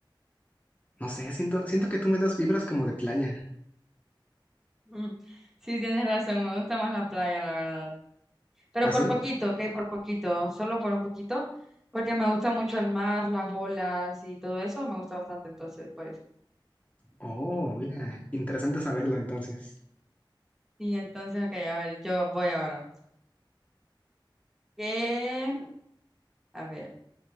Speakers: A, on the left (about 20°); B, in the centre.
A: No sé, siento, siento que tú me das vibras como de playa.
B: Mm, Sí, tienes razón, me gusta más la playa, la verdad. Pero
A: ¿Ah,
B: por
A: sí?
B: poquito, ok, por poquito, solo por un poquito, porque me gusta mucho el mar, las olas y todo eso, me gusta bastante, entonces, por eso.
A: Oh, mira, interesante saberlo entonces.
B: Y entonces, ok, a ver, yo voy ahora. ¿Qué? A ver,